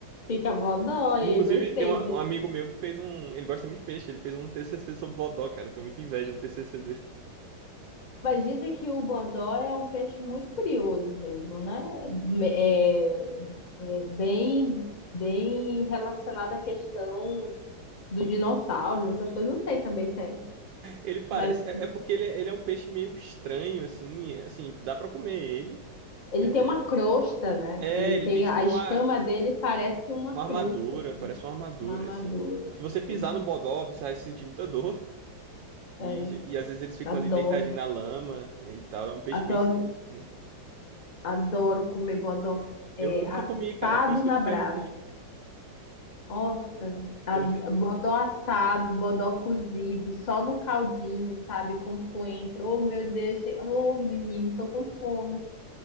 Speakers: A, on the left; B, on the right.
A: Fica bodó, e
B: Inclusive,
A: gostei
B: tem um, um
A: disso.
B: amigo meu que fez um. Ele gosta muito de peixe, ele fez um TCC sobre bodó, cara. Eu tenho muita inveja do TCC
A: Mas dizem que o bodó é um peixe muito curioso mesmo, né? É, é, bem, bem relacionada à questão dos dinossauros, essas coisas, não sei também se é.
B: Ele parece.
A: Mas
B: É, é porque ele, é, ele é um peixe meio estranho, assim. Assim, dá pra comer ele.
A: ele
B: É,
A: tem uma crosta, né?
B: é
A: Ele tem
B: ele tem tipo
A: a escama
B: uma,
A: dele parece uma
B: uma
A: crosta,
B: armadura,
A: assim,
B: parece uma armadura,
A: uma armadura.
B: assim. Se você pisar
A: assim.
B: no bodó, você vai sentir muita dor. E,
A: É,
B: e às vezes eles ficam
A: adoro,
B: ali deitadinhos na lama e tal. É um peixe
A: adoro,
B: bem esquisito, assim.
A: adoro comer bodó é,
B: Eu nunca
A: assado
B: comi, cara. É por isso que
A: na
B: eu te
A: brasa.
B: perguntei.
A: Nossa, a-
B: Eu já-
A: bodó assado, bodó cozido, só no caldinho, sabe? Com coentro. Oh, meu Deus, che- oh, menino, tô com fome.